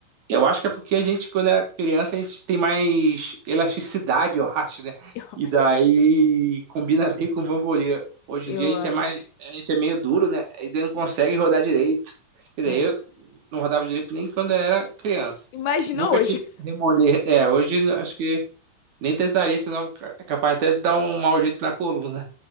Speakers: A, on the right; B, on the left.
A: Eu acho que é porque a gente, quando é criança, a gente tem mais elasticidade, <laughs> eu acho, né?
B: <laughs> Eu
A: E
B: acho.
A: daí combina <laughs> bem com o bambolê. Hoje
B: Eu
A: em dia a gente
B: acho.
A: é mais, a gente é meio duro, né? E daí não consegue rodar direito. Quer dizer,
B: né?
A: eu não rodava direito nem quando eu era criança.
B: Imagina
A: Nunca
B: hoje.
A: tive remolê. É, hoje acho que nem tentaria, senão é capaz até de dar um mau jeito na coluna.